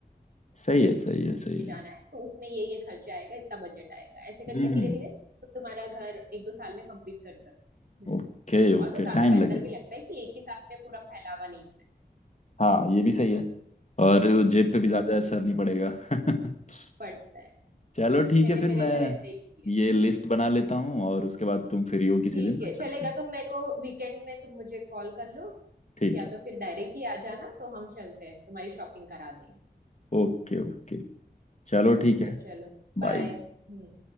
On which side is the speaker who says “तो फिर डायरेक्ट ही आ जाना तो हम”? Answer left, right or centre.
Right